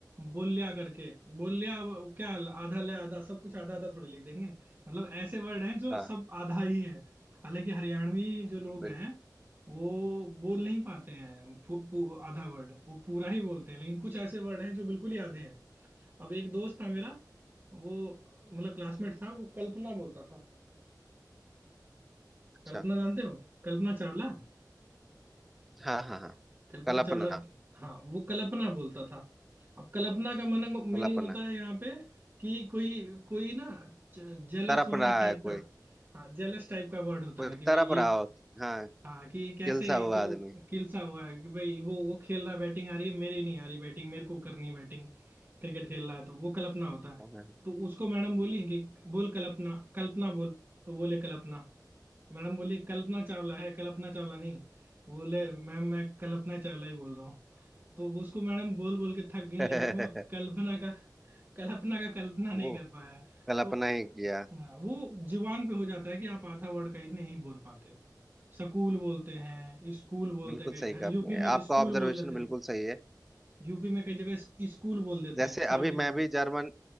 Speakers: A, on the right; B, in the centre.
A: बोल्या करके बोल्या अब क्या आधा ले आधा सब कुछ आधा आधा थोड़ी लिख देंगे मतलब ऐसे वर्ड हैं जो
B: हाँ
A: सब आधा ही है हालांकि हरियाणवी जो लोग
B: बिल्कुल
A: हैं वो बोल नहीं पाते हैं पू, पू, आधा वर्ड वो पूरा ही बोलते हैं लेकिन कुछ ऐसे वर्ड हैं जो बिल्कुल ही आधे हैं अब एक दोस्त था मेरा वो मतलब क्लासमेट था वो कल्पना बोलता था
B: अच्छा
A: कल्पना जानते हो कल्पना चावला
B: हाँ हाँ हाँ
A: कल्पना
B: कल्पना
A: चावला हाँ वो कल्पना बोलता था अब कल्पना का मन
B: कल्पना
A: मीनिंग होता है यहाँ पे कि कोई कोई ना जेलस
B: तड़प
A: होना
B: रहा
A: टाइप
B: है कोई
A: का हाँ जेलस टाइप का वर्ड होता
B: वो
A: है कि
B: तड़प
A: भाई ये
B: रहा हो हाँ
A: हाँ कि कैसे
B: किलसा हुआ
A: तू
B: आदमी
A: किलसा हुआ है कि भाई वो वो खेल रहा बैटिंग आ रही है मेरी नहीं आ रही बैटिंग मेरे को करनी है बैटिंग क्रिकेट खेल रहा है तो वो कल्पना होता
B: हाँ।
A: तो उसको मैडम बोली कि बोल कल्पना कल्पना बोल तो बोले कल्पना मैडम बोली कल्पना चावला है कल्पना चावला नहीं बोले मैम मैं कल्पना चावला ही बोल रहा हूँ तो वो उसको मैडम बोल बोल के थक गई
B: <laughs>
A: लेकिन वो कल्पना का कल्पना का कल्पना नहीं
B: वो
A: कर पाया
B: कल्पना
A: तो
B: ही किया
A: हाँ वो जुबान पे हो जाता है कि आप आधा वर्ड कहीं नहीं बोल पाते हो सकूल बोलते हैं स्कूल बोलते
B: बिल्कुल
A: हैं
B: सही कहा
A: यूपी
B: आपने
A: में
B: आपका
A: स्कूल
B: ऑब्जर्वेशन
A: बोल देते
B: बिल्कुल
A: हैं
B: सही है
A: यूपी में कई जगह स्क- स्कूल बोल देते
B: जैसे
A: हैं सा
B: अभी
A: की
B: मैं
A: जगह
B: भी जर्मन